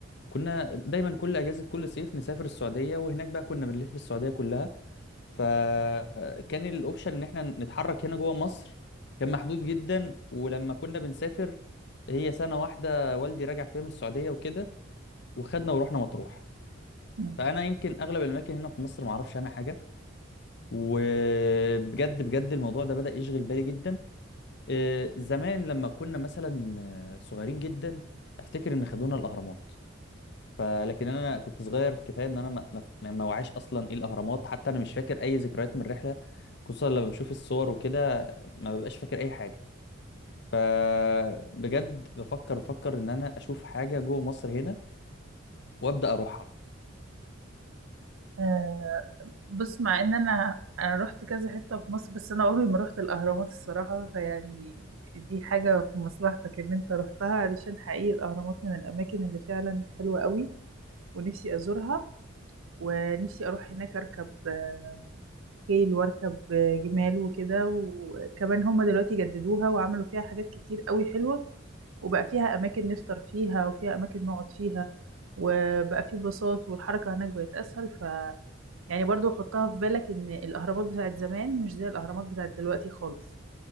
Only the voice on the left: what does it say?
كنا دايما كل اجازه كل صيف نسافر السعوديه وهناك بقى كنا بنلف السعوديه كلها فكان الاوبشن ان احنا نتحرك هنا جوه مصر كان محدود جدا ولما كنا بنسافر هي سنه واحده والدي راجع فيها من السعوديه وكده وخدنا ورحنا مطروح
فانا يمكن اغلب الاماكن هنا في مصر ما اعرفش عنها حاجه وبجد بجد الموضوع ده بدأ يشغل بالي جدا آه، زمان لما كنا مثلا آه، صغيرين جدا افتكر ان خدونا الاهرامات فلكن انا كنت صغير كفايه ان انا ما ما ما- ما وعيش اصلا ايه الاهرامات حتى انا مش فاكر اي ذكريات من الرحله خصوصا لما بشوف الصور وكده ما ببقاش فاكر اي حاجه فبجد بفكر بفكر ان انا اشوف حاجه جوه مصر هنا وابدا اروحها